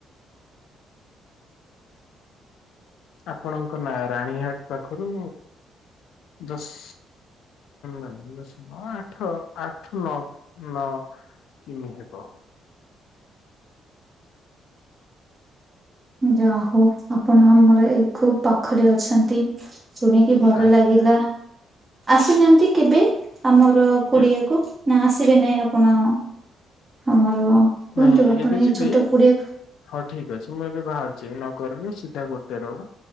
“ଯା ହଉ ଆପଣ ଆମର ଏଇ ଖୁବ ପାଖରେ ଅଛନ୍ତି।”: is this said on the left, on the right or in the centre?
Right